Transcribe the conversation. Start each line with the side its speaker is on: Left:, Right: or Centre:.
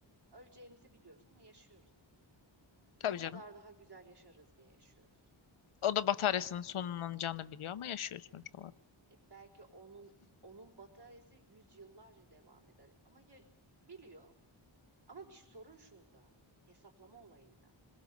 Right: Öleceğimizi biliyoruz ama yaşıyoruz.
Left: Tabii
Right: Ne kadar
Left: canım.
Right: daha güzel yaşarız diye yaşıyoruz.
Left: O da bataryasının sonlanacağını biliyor ama yaşıyor sonuç olarak.
Right: E, belki onun onun bataryası yüzyıllarca devam eder. Ama ya, biliyor. Ama bir sorun şurada. Hesaplama olayında.